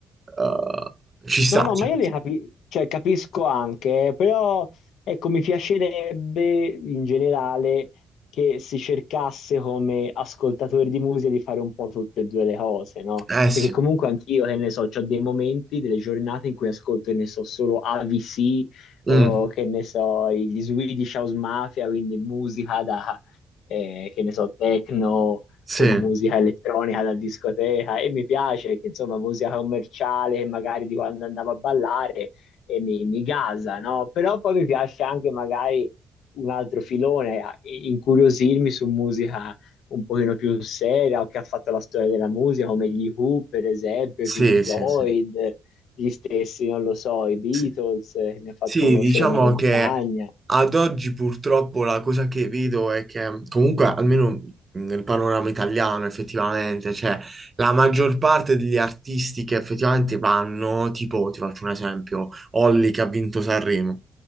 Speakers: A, on the right (about 25°); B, on the left (about 80°).
A: eh, ci sta.
B: No, no,
A: cioè.
B: ma io le capi- cioè, capisco anche, eh, però ecco, mi piacerebbe in generale che si cercasse come ascoltatori di musica di fare un po' tutte e due le cose, no?
A: Eh sì,
B: Perché comunque anch'io, che ne so, ho dei momenti, delle giornate in cui ascolto, che ne so, solo AVC o
A: Mm,
B: che ne so, gli Swedish House Mafia, quindi musica da, eh, che ne so, techno
A: sì,
B: o musica elettronica da discoteca e mi piace che insomma musica commerciale che magari di quando andavo a ballare e mi, mi gasa, no? Però poi mi piace anche magari un altro filone, a- incuriosirmi su musica un pochino più seria o che ha fatto la storia della musica come gli Who per esempio,
A: sì,
B: i Pink Floyd,
A: sì, sì,
B: gli stessi, non lo so, i Beatles,
A: sì.
B: eh, che mi ha fatto
A: Sì,
B: conoscere
A: diciamo
B: la mia compagna.
A: che ad oggi purtroppo la cosa che vedo è che comunque almeno nel panorama italiano effettivamente, cioè la maggior parte degli artisti che effettivamente vanno, tipo ti faccio un esempio, Olly che ha vinto Sanremo,